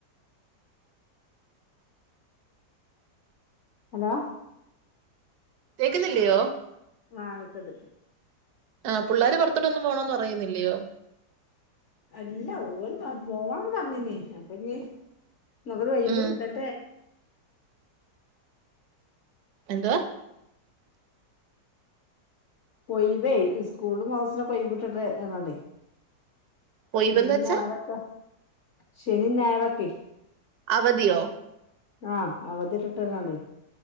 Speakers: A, on the left; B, on the right.
A: ഹലോ
B: കേക്കുന്നില്ലയോ
A: ആഹ കേക്ണ്ട്
B: ആഹ പിള്ളോര് പുറത്തോട്ടൊന്ന് പോണന്ന് അറിയുന്നില്ലയോ
A: അല്ല ഓല പോവാന്ന് പറഞ്ഞീ അപ്പ ഇീ മഗര വഴവട്ടട്ട
B: ഉം എന്തവാ
A: കൊയവേ സ്കൂള് മാസനൊ കൊയി വിട്ടിട്ടെ എന്നാട്ടേ
B: ഒയിവെന്ന്
A: ശനി
B: വെച്ചാ
A: ഞായരൊക്കെ ശനി ഞായരൊക്കെ
B: അവധിയോ
A: ആഹ അവധിട്ടിട്ടല്ലല്ലേ